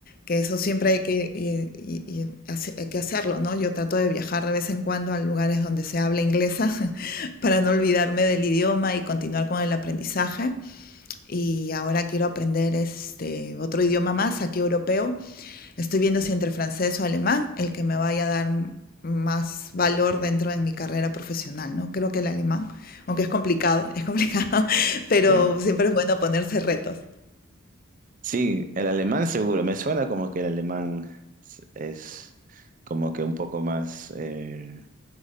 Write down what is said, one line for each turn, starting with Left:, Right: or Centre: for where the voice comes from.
Left: que eso siempre hay que, y- y- y hace- hay que hacerlo, ¿no? Yo trato de viajar de vez en cuando a lugares donde se habla inglesa <laughs> para no olvidarme del idioma y continuar con el aprendizaje y ahora quiero aprender este otro idioma más, aquí europeo. Estoy viendo si entre francés o alemán, el que me vaya a dar más valor dentro de mi carrera profesional, ¿no? Creo que el alemán, aunque es complicado, es complicado, <laughs> pero
Right: sí.
Left: siempre es bueno ponerse retos.
Right: Sí, el alemán seguro. Me suena como que el alemán es, es como que un poco más, eh,